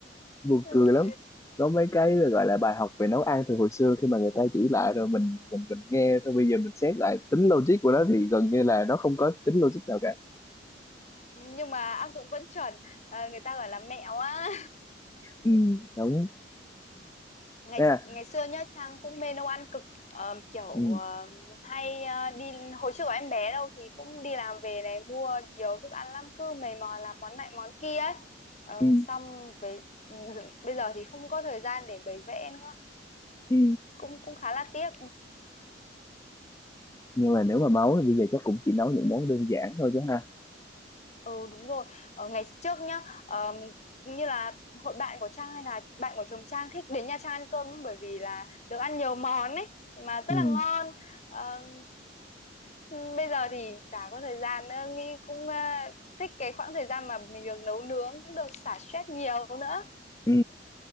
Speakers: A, on the left (about 15°); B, on the left (about 40°).
A: buồn
B: <laughs>
A: cười lắm có mấy cái gọi là bài học về nấu ăn từ hồi xưa khi mà người ta chỉ lại rồi mình mình mình nghe thôi bây giờ mình xét lại tính logic của nó thì gần như là nó không có tính logic nào cả
B: nhưng mà áp dụng vẫn chuẩn Ờ, người ta gọi là mẹo á
A: ừ, đúng
B: ngày
A: thế là
B: ngày xưa nhá Trang cũng mê nấu ăn cực Ờ, kiểu
A: ừ,
B: ờ, hay ờ, đi hồi trước của em bé đâu thì cũng đi làm về này mua nhiều thức ăn lắm cứ mày mò làm món này món kia ấy Ờ,
A: ừ,
B: xong về bây giờ thì không có thời gian để bày vẽ nữa
A: ừ.
B: cũng cũng khá là tiếc
A: nhưng mà nếu mà máu thì bây giờ chắc cũng chỉ nấu những món đơn giản thôi chứ ha
B: Ừ đúng rồi ở ngày trước nhá ờm, như là hội bạn của Trang hay là bạn của chồng Trang thích đến Nha Trang ăn cơm bởi vì là được ăn nhiều món ấy mà rất
A: ừ,
B: là ngon Ờm, bây giờ thì chả có thời gian nữa Nghi cũng ờ, thích cái khoảng thời gian mà mình được nấu nướng được xả stress nhiều nữa
A: ừ.